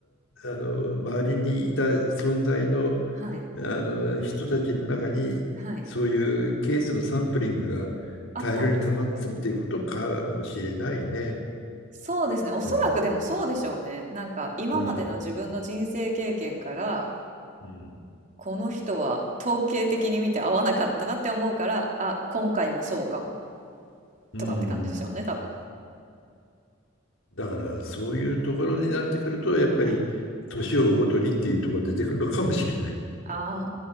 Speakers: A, on the left (about 85°); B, on the right (about 40°).
A: あの周りにいた存在の、
B: はい、
A: あの人たちの中にそういうケースのサンプリングが大量に溜まってたっていうことかもしれないね。
B: はい、あったんですかね。そうですね。おそらくでもそうでしょうね。
A: うん。
B: なんか今までの自分の人生経験から
A: うん。うん。
B: この人は統計的に見て合わなかったなって思うからあ今回もそうかも
A: うん
B: とかって感じでしょうね多分。
A: だからそういうところになってくるとやっぱり年を追うごとにっていうところが出てくるのかもしれない。
B: はい。あ